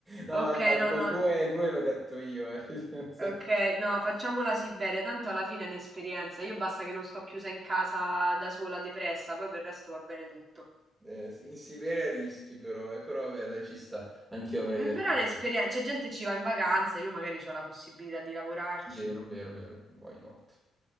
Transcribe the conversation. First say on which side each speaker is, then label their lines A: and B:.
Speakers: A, on the right; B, on the right.
A: no,
B: Ok,
A: ma ma
B: no,
A: due,
B: no.
A: due- due l'ho detto io, eh. <laughs> Non so.
B: Ok, no, facciamo la Siberia, tanto alla fine è un'esperienza. Io basta che non sto chiusa in casa da sola, depressa, poi per il resto va bene tutto.
A: Eh, sì, in Siberia rischi però, eh, però vabbè, dai, ci sta, anch'io avrei
B: Mm,
A: detto...
B: Però è un'esperienza, c'è gente che ci va in vacanza, io magari ho la possibilità di lavorarci.
A: Vero, vero, vero, why not?